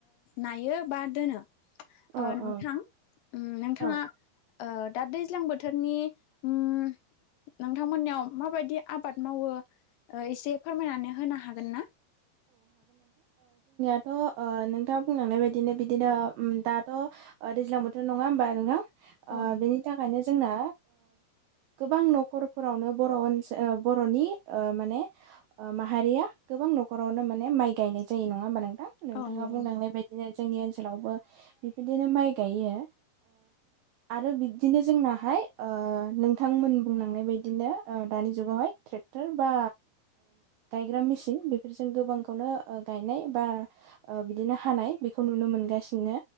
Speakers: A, on the left (about 75°); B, on the right (about 70°).
A: नायो बा दोनो
B: औ
A: ओ नोंथां
B: औ
A: नोंथाङा
B: औ
A: ओ दा दैज्लां बोथोरनि उम नोंथांमोननियाव माबायदि आबाद मावो एसे फोरमायनानै होनो हागोन ना
B: दाथ' नोंथाङा बुंलांनाय बायदिनो बिदिनो दाथ' दैज्लां बोथोर नङा होमबा नोंथां
A: औ नंगौ
B: बेनि थाखायनो जोंना गोबां न'खर फोरावनो बर' ओनसोल बर'नि माने माहारिया गोबां नखर न'खरावनो माने माइ गायनाय जायो नङा होमबा नोंथां नोंथाङा
A: औ नंगौ
B: बुंलांनाय बायदिनो जोंनि ओनसोलावबो बिबायदिनो माइ गायो आरो बिबदिनो जोंनाहाय नोंथांमोन बुंलांनाय बायदिनो दानि जुगावहाय ट्रेक्टर बा गायग्रा मेसिन फोरजों गोबांखौनो ओ गायनाय बा ओ बिदिनो हानाय बेखौ नुनो मोनगासिनो